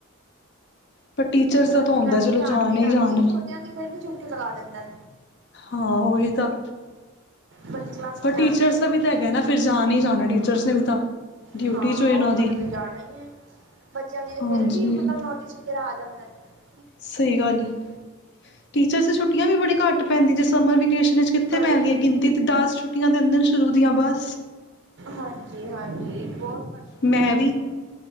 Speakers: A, on the left; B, on the right.
A: ਪਰ ਟੀਚਰਸ ਦਾ
B: ਵੱਡੀ
A: ਤਾਂ ਹੁੰਦਾ
B: ਕਲਾਸਾਂ
A: ਚਲੋ
B: ਤੇ ਆਂਦੀ
A: ਜਾਣ ਹੀ
B: ਆਂਦੀ,
A: ਜਾਣ
B: ਛੋਟੇਆਂ ਦੀ ਫਿਰ ਵੀ ਛੁ ਲਗਾ ਦਿੰਦੇ ਨ
A: ਹਾਂ ਉਹੀ ਤਾਂ
B: ਵੱਡੀ ਕਲਾਸਾਂ
A: ਪਰ
B: ਤੇ
A: ਟੀਚਰਸ
B: ਆਂਦੀਆਂ ਹੀ
A: ਦਾ ਵੀ
B: ਹੈ
A: ਤਾਂ ਹੈਗਾ ਨਾ ਫਿਰ ਜਾਣ ਹੀ ਜਾਣਾ ਟੀਚਰਸ ਨੇ ਵੀ ਤਾਂ ਡਿਊਟੀ
B: ਹਾਂ, ਹਾਂ
A: ਚ ਉਹਨਾਂ
B: ਔਨਾਨੇ
A: ਦੀ
B: ਤੇ ਜਾਣਾ ਹੀ ਹੈ, ਬੱਚਿਆਂ ਦੀ ਤੇ ਫਿਰ
A: ਹਾਂਜੀ
B: ਵੀ ਮਤਲਬ ਨੋਟਿਸ ਵਗੈਰਾ ਆ ਜਾਂਦੀ। ਹੈਲੋ
A: ਸਹੀ ਗੱਲ ਹੈ, ਟੀਚਰਸ ਦੀ ਛੁੱਟੀਆਂ ਵੀ ਬੜੀ ਘੱਟ ਪੈਂਦੀ ਜੇ ਸਮਰ ਵੀ, ਘੱਟ ਕਿੱਥੇ
B: ਬੜੀ
A: ਪੈਦੀਆਂ ਗਿਣਤੀ ਤੇ ਦਸ ਛੁੱਟੀਆਂ ਦੇ ਹ ਦਿਨ ਸ਼ੁਰੂ ਦੀਆਂ ਬਸ
B: ਹਾਂਜੀ ਹਾਂਜੀ ਬਹੁਤ ਘੱਟ ਛੁੱਟੀਆਂ
A: ਮੈਂ
B: ਪੈਂਦੀ
A: ਵੀ
B: ਹੈ